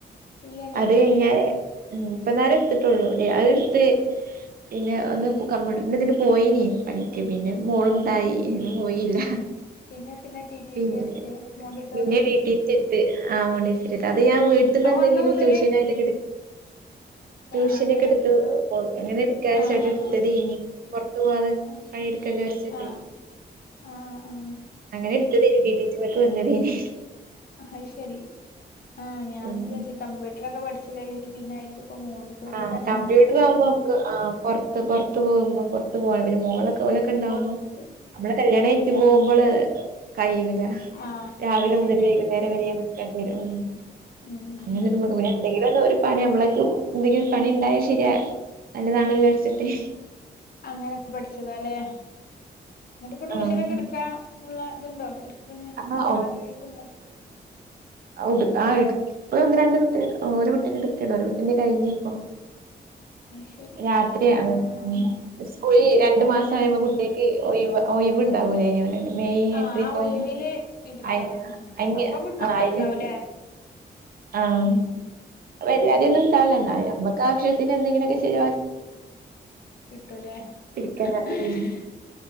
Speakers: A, on the left (about 60°); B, on the right (about 55°).
A: ഇല്ലല്ല
B: അത് കഴിഞ്ഞാല് ഉ ഇപ്പൊ നേരം എടുത്തിട്ടുള്ളൂേ അത് എടുത്ത് പിന്നെ ഒന്ന് കമ്പ്യൂ അ ഇതിന് പോയീനി പനിക്ക് പിന്നെ മോളുണ്ടായി
A: ആ
B: ഇും പോയില്ല.
A: പിന്നെ പിന്നെ ടി ടി
B: പിന്നെ
A: സി എടുക്ക് മോണ്ടശോറി
B: പിന്നെ ഡി ടി സി ആ മണ്ടേശരില്ല അത് ഞാൻ വീട്ടിൽന്ന്
A: ആ
B: എന്തെങ്കിലും
A: ഒന്ന് മുതല്
B: <unintelligible> <inaudible>
A: ക-
B: ട്യൂഷന
A: അങ്ങനെ
B: ഒക്കെ എടുത്ത്
A: എടുത്തതാ
B: എങ്ങനെ എടുക്കാട്ട
A: ആ ആ
B: എടുത്തതെയ്ന്
A: ആ
B: പുറത്ത് പോവാതെ
A: അത്
B: പണി
A: ശരി
B: എടുക്കല്ലോ.
A: ആ
B: ീ <inaudible>
A: ആ ആ
B: അങ്ങനെ എത്ത വന്നതന്
A: അത് ശരി ആഹ ഞാനും
B: ഉം
A: വിചാരിച്ച കമ്പ്യൂട്ടർൊക്കെ പഠിച്ചു കഴിഞ്ഞ പിന്നെ. ഇപ്പൊ മോണ്ടിസോറിക്ക്
B: ആ
A: ഇറങ്ങണ
B: കമ്പ്യൂട്ടർ
A: വെച്ച്
B: ആവുമ്പോ നമുക്ക് ആ പുറത്ത് പൊറ പുറത്തത്ത് പോകുമ്പോ പുറത്ത് പോ പിന്നെ മോളക്കെലൊക്കെ ഉണ്ടാവുമ്പോ
A: പൊറത്ത്
B: നമ്മള് കല്യാണം
A: കയ്യൂല
B: ആഴട്ടു പോകുമ്പോള്.. കയ്യൂല
A: ആ
B: രാവിലെ
A: അത്
B: മുതൽ
A: ശരിയാ
B: വൈകുന്നേരം വരെ നിക്കേണ്ടി വരും. ഉം
A: ഉം ഉം
B: അങ്ങനെ <inaudible>
A: ഉം
B: പിന്നെ എന്തെങ്കിലും ഒരു പണി നമ്മളേക്ക് എന്തെങ്കിലും പണി ഇണ്ടായാ ശരിയാ നല്ലതാണല്ലോ വിചാരിച്ചിട്ടേ
A: അങ്ങനൊക്കെ പഠിച്ചതാലെ ന്നിട്ട് ഇപ്പൊ ട്യൂഷനൊക്കെ
B: ആഹ്
A: എടുക്കാനുള്ള ഇതുണ്ടോ എടുക്കന്ന്
B: ആഹ്
A: ആഗ്രഹിക്കണ്ടോ?
B: ആ ഇട്ക്
A: എടുക്കോ
B: ആ ഇട്ക് ഒന്ന് രണ്ട് കുട്ടി ഒരു കുട്ടീനെ എടുക്കണ് ഒരു കുട്ടീന്റെ കഴിഞ്ഞ് പ്പോ.
A: <unintelligible>
B: രാത്രിയാണ്
A: ആഹ്
B: ഉം സ്കൂളി
A: ഏ
B: രണ്ടു
A: രാത്രിയാ
B: മാസം ആയപ്പോ കുട്ടിക്ക് ഒയ് വ ഒയ്‌വ് ഉണ്ടാവൂലെനോ മെയ്
A: ആഹ്
B: ഏപ്രിലക്കെ
A: ആ ഒഴിവില്
B: ആവുമ്പോ
A: എടുക്കണം
B: അയ്
A: ഉം
B: അയ്
A: അപ്പൊ
B: ആ
A: മക്കളുണ്ടാവൂലേ
B: അയ്‌ന് ആഹ്
A: ഉം
B: വല്ലാതെന്നും
A: അത് ശരി
B: ഉണ്ടാവില്ല എന്ന നമ്മക്ക് ആവശ്യത്തിന് എന്തെങ്കിലുമൊക്കെ ചെയ
A: കിട്ടൂലെ
B: ഇരിക്കല
A: <unintelligible>
B: ഉം